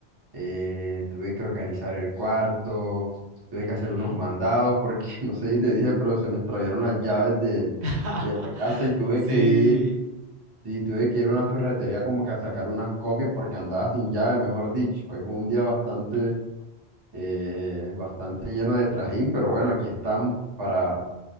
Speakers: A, on the right; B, on the right.
A: eh, tuve que organizar el cuarto, tuve
B: Ujú.
A: que hacer unos mandados porque <laughs> no sé si te dije, pero se me extraviaron las llaves de
B: <laughs>
A: de la casa y tuve
B: Sí.
A: que ir Sí, tuve que ir a una ferretería como que a sacar unas copias porque andaba sin llave, mejor dicho. Hoy fue un día bastante, eh, bastante lleno de trajín, pero bueno, aquí estamos para